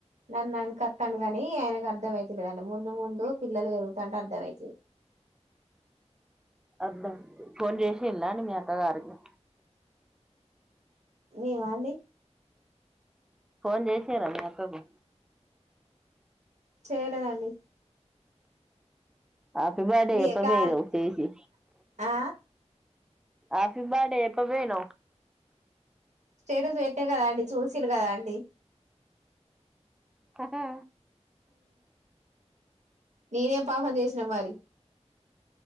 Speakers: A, on the right (about 75°); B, in the centre.
A: నన్నున్న ఎనక తండా గాని ఆయనకు అర్థం అయితలేదండి ముందు ముందు పల్లలు పెరుగుతాంట అర్థమై
B: అదా ఫోన్ చేసిలా మీ అక్కగారికి
A: మీమా అండి
B: ఫోన్ చేశారా మీ అక్కకు
A: చేలేదండి
B: ఆపి బేడ
A: నీ
B: అప్ప
A: కా
B: ఫరు చేసి
A: ఆ
B: ఆఫి బాడే ఎప్ప పేన
A: స్టేటస్ పెట్ అ కదండి చూసిలు కద అండి
B: హ్మ్ ఆ
A: నేనేం పాపం చేసిన మరి